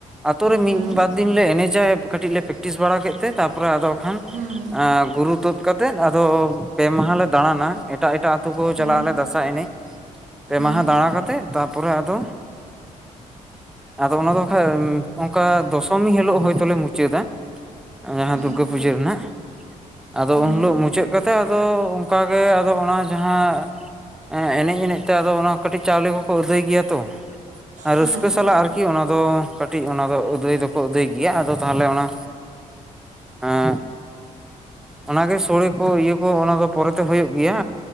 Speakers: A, in the centre; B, on the right (about 65°).
A: ᱟᱛᱩ ᱨᱮ ᱢᱤᱫ
B: ᱦᱩᱸ
A: ᱵᱟᱨ ᱫᱤᱱ ᱞᱮ ᱮᱱᱮᱡᱟ ᱠᱟᱴᱤᱡ ᱞᱮ ᱯᱮᱠᱴᱤᱥ ᱵᱟᱲᱟ ᱠᱮᱫ ᱛᱮ ᱛᱟᱯᱚᱨᱮ ᱟᱫᱚ ᱠᱷᱟᱱ
B: ᱦᱩᱸ
A: ᱜᱩᱨᱩ ᱛᱩᱫ ᱠᱟᱛᱮᱜ ᱟᱫᱚ ᱯᱮ ᱢᱟᱦᱟ ᱞᱮ ᱫᱟᱬᱟᱱᱟ ᱮᱴᱟᱜ ᱮᱴᱟᱜ ᱟᱛᱩ ᱠᱚ ᱪᱟᱞᱟᱜ
B: ᱦᱩᱸ
A: ᱟᱞᱮ ᱫᱟᱸᱥᱟᱭ ᱮᱱᱮᱡ ᱯᱮ
B: ᱦᱩᱸ
A: ᱢᱟᱦᱟ ᱫᱟᱬᱟ ᱠᱟᱛᱮ ᱛᱟᱯᱚᱨᱮ ᱟᱫᱚ ᱟᱫᱚ ᱚᱱᱟ ᱫᱚ ᱠᱷᱟᱡ ᱚᱱᱠᱟ ᱫᱚᱥᱚᱢᱤ ᱦᱤᱞᱳᱜ ᱦᱚᱭᱛᱚᱞᱮ ᱢᱩᱪᱟᱹᱫᱟ ᱡᱟᱦᱟᱸ
B: ᱦᱩᱸ
A: ᱫᱩᱨᱜᱟᱹ ᱯᱩᱡᱟᱹ ᱨᱮᱱᱟᱜ ᱟᱫᱚ
B: ᱦᱩᱸ
A: ᱩᱱᱦᱤᱞᱳᱜ ᱢᱩᱪᱟᱹᱫ ᱠᱟᱛᱮᱜ ᱟᱫᱚ ᱚᱱᱠᱟᱜᱮ ᱟᱫᱚ ᱚᱱᱟ ᱡᱟᱦᱟᱸ ᱮ ᱮᱱᱮᱡ ᱮᱱᱮᱡ ᱛᱮ ᱟᱫᱚ ᱚᱱᱟ ᱠᱟᱹᱴᱤᱡ ᱪᱟᱣᱞᱮ ᱠᱚᱠᱚ ᱟᱹᱫᱟᱹᱭ ᱜᱮᱭᱟ ᱛᱚ ᱨᱟᱹᱥᱠᱟᱹ
B: ᱦᱩᱸ
A: ᱥᱟᱞᱟᱜ ᱟᱨᱠᱤ ᱚᱱᱟ ᱫᱚ ᱠᱟᱹᱴᱤᱡ ᱚᱱᱟ ᱫᱚ ᱟᱹᱫᱟᱹᱭ ᱫᱚᱠᱚ ᱟᱹᱫᱟᱹᱭ ᱜᱮᱭᱟ ᱟᱫᱚ ᱛᱟᱦᱚᱞᱮ ᱚᱱᱟ ᱦᱮᱸ ᱚᱱᱟᱜᱮ ᱥᱚᱲᱮ ᱠᱚ ᱤᱭᱟᱹ ᱠᱚ ᱚᱱᱟ ᱫᱚ ᱯᱚᱨᱮᱛᱮ ᱦᱩᱭᱩᱜ ᱜᱮᱭᱟ